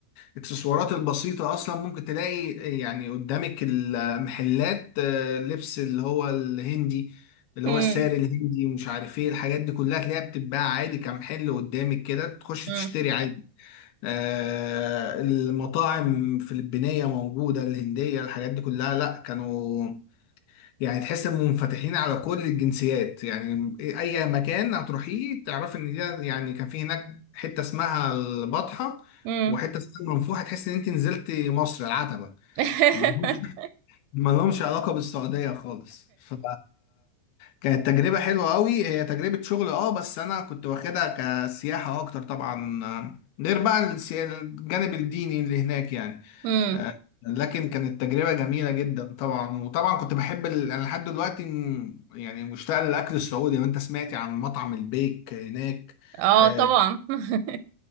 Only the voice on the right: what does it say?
مم.
مم.
مم.
<laughs>
مم.
اه
طبعا <laughs>